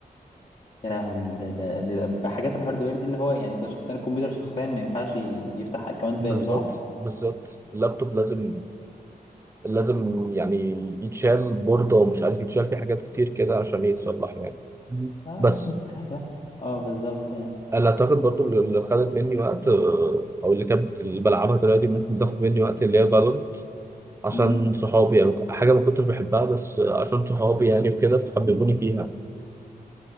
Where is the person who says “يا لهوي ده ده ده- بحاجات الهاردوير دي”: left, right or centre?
Left